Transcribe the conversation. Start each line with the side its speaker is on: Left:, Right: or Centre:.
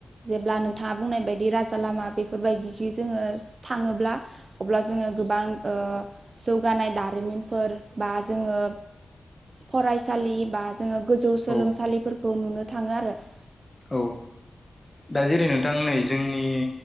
Right: जेब्ला नोंथाङा बुंनाय बायदि राजा लामा बेफोरबायदिखै जोङो थाङोब्ला अब्ला जोङो गोबां ओ जौगानाय दारिमिनफोर बा जोङो फरायसालि बा जोङो गोजौ सोलोंसालिफोरखौ
Left: औ
Right: नुनो थाङो आरो <inaudible>
Left: औ दा जेरै नोंथां नै जोंनि